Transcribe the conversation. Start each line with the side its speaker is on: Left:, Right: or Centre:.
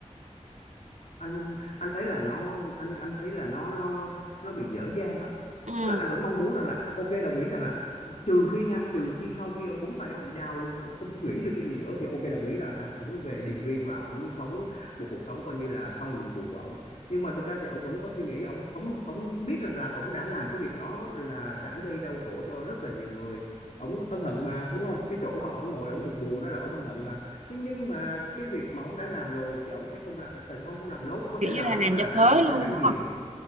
Left: anh anh thấy là nó anh anh thấy là nó nó nó bị dở dang lắm
Right: ừ,
Left: tức là anh vẫn mong muốn rằng là ok đồng ý rằng là trừ khi nha trừ khi sau khi ông búng tay ông bị đau luôn ông không nghĩ được cái gì nữa thì ok đồng ý là à, ông về Điền Viên và ông sống một cuộc sống coi như là xong nhiệm vụ của ông nhưng mà thực ra thì ông vẫn có suy nghĩ ông ông ông biết rằng là ông đã làm cái việc đó là đã gây đau khổ cho rất là nhiều người ông ân hận mà đúng không cái chỗ mà ông ngồi ông buồn buồn đó là ông ân hận mà thế nhưng mà cái việc mà ông đã làm rồi thì ông sẽ không là sẽ không không làm nốt có
Right: kiểu
Left: thể
Right: như
Left: là
Right: là
Left: ông
Right: làm
Left: là
Right: cho
Left: đã
Right: tới
Left: là
Right: luôn
Left: vai phản
Right: đúng
Left: diện
Right: không?